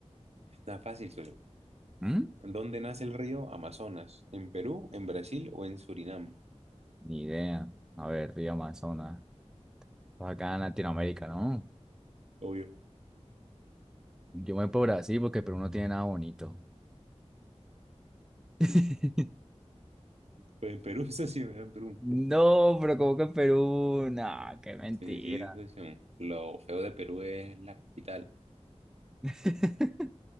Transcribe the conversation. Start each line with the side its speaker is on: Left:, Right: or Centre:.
Right: Está fácil, socio.
Centre: ¿Mm?
Right: ¿Dónde nace el río Amazonas? ¿En Perú, en Brasil o en Surinam?
Centre: Ni idea. A ver, río Amazonas. pues Acá en Latinoamérica, ¿no?
Right: Obvio.
Centre: Yo me voy por Brasil porque Perú no tiene nada bonito. <laughs>
Right: Pues en Perú, <laughs> socio, era en Perú.
Centre: No, pero como que Perú, nah, qué mentira.
Right: Sí, sí, socio. Lo feo de Perú es la capital,
Centre: <laughs>